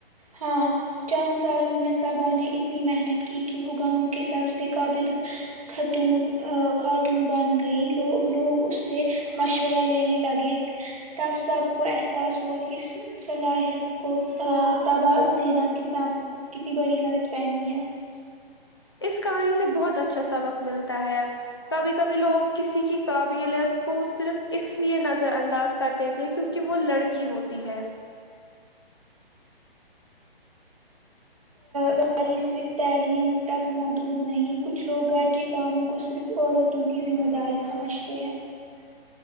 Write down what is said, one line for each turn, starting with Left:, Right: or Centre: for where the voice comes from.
Right: ہاں چند سالوں میں میں صابا نے اتنی محنت کی کہ وہ گاؤں کے سب سے قابل خاتون خاتون بن گئی لو لوگ اس سے مشورہ لینے لگے تب سب کو احساس ہوا کہ صلاحیت کو تباد دینا کنا کتنی بڑی غلط فہمی ہے <unintelligible>
Left: اس کہانی سے بہت اچھا سبق ملتا ہے کبھی کبھی لوگ کسی کی قابلیت کو صرف اس لیے نظر انداز کر دیتے ہیں کیونکہ کہ وہ لڑکی ہوتی ہے <unintelligible>
Right: قاری صرف تعلیم تک محدود نہیں کچھ لوگ گھر کے کاموں کو صرف عورتوں کی ذمہ داری سمجھتے ہیں <unintelligible>